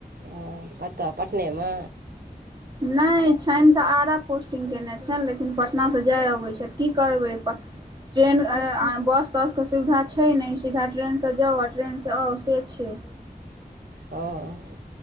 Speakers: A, on the right; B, on the right.
A: ओ कतऽ पटनेमे।
B: नहि छनि तऽ आरा पोस्टिंग कयने छनि लेकिन पटना तऽ जाय अबैत छथि कि करबैप। ट्रेन बस तस के सुविधा छै नहि सीधा ट्रेनसँ जाउ आ ट्रेन। आ से छै।
A: हँ।